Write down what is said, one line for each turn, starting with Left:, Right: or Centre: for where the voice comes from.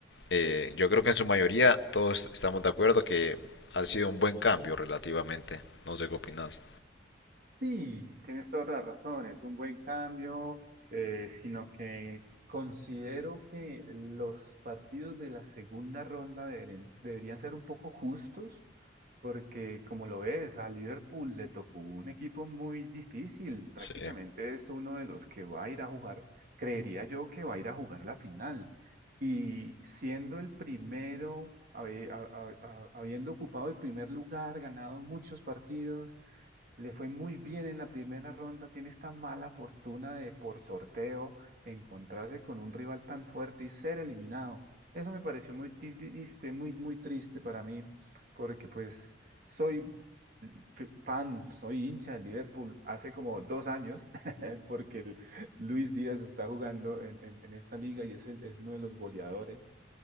Left: eh, yo creo que en su mayoría todos estamos de acuerdo que ha sido un buen cambio relativamente. No sé qué opinas.
Right: Sí, tienes toda la razón, es un buen cambio, eh, sino que considero que los partidos de la segunda ronda deben- deberían ser un poco justos, porque como lo ves, a Liverpool le tocó un equipo muy difícil, prácticamente
Left: Sí,
Right: es uno de los que va a ir a jugar, creería yo que va a ir a jugar la final, y siendo el primero, habi- a- a- a- habiendo ocupado el primer lugar, ganado muchos partidos, le fue muy bien en la primera ronda, tiene esta mala fortuna de por sorteo encontrarse con un rival tan fuerte y ser eliminado. Eso me pareció muy triste, muy, muy triste para mí, porque pues soy f- fan, soy hincha del Liverpool hace como dos años, <laughs> porque el Luis Díaz está jugando en, en- en esta liga y es, el- es uno de los goleadores,